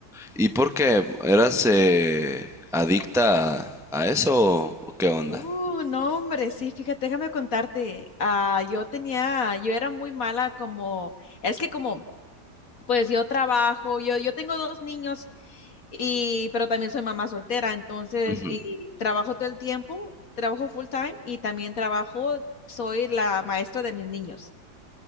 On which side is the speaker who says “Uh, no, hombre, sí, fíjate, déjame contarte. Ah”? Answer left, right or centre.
Left